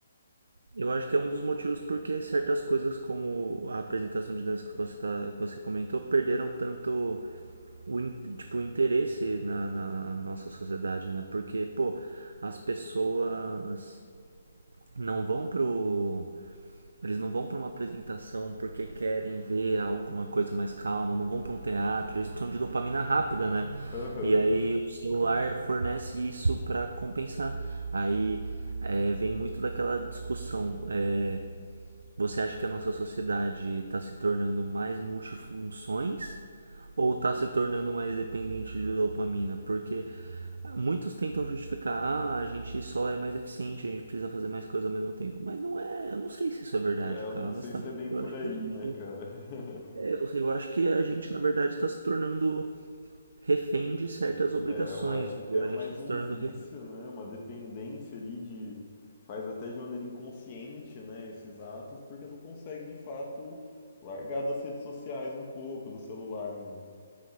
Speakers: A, on the right (about 65°); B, on the left (about 35°).
A: Eu acho que é um dos motivos porque certas coisas como a apresentação de dança que você, tá, que você comentou perderam tanto o, in- tipo, o interesse na, na nossa sociedade, né? Porque, pô, as pessoas não vão pro... Eles não vão para uma apresentação porque querem ver alguma coisa mais calma, não vão para um teatro, eles precisam de dopamina rápida, né?
B: Aham.
A: E aí o celular fornece isso para compensar. Aí é, vem muito daquela discussão. é, você acha que a nossa sociedade está se tornando mais multifunções ou está se tornando mais dependente de dopamina? Porque muitos tentam justificar, ah, a gente só é mais eficiente, a gente precisa fazer mais coisas ao mesmo tempo. Mas não é, eu não sei se isso é verdade,
B: É, eu
A: cara.
B: não
A: Honestamente,
B: sei se é bem
A: eu
B: por
A: acho
B: aí,
A: que a gente,
B: né, cara? <laughs>
A: é, eu, sei, eu acho que a gente na verdade está se tornando refém de certas obrigações.
B: É, eu acho
A: Tipo,
B: que é
A: A
B: mais
A: gente está se
B: um
A: tornando,
B: vício,
A: re-
B: né? Uma dependência ali de. Faz até de maneira inconsciente, né? Esses atos, porque não consegue de fato largar das redes sociais um pouco, do celular, né?